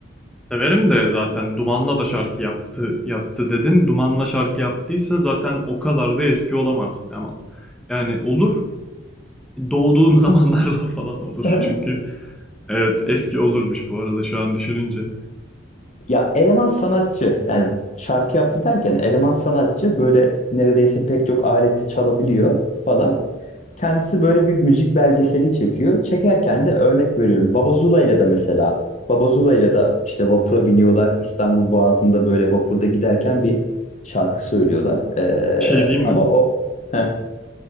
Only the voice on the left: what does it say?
<laughs>
Ya eleman sanatçı yani şarkı yaptı derken eleman sanatçı böyle neredeyse pek çok aleti çalabiliyor falan. Kendisi böyle bir müzik belgeseli çekiyor. Çekerken de örnek veriyorum. Baba Zula'yla da mesela. Baba Zula'yla da işte vapura biniyorlar. İstanbul Boğazı'nda böyle vapurda giderken bir şarkı söylüyorlar. Ee,
ama
o Heh,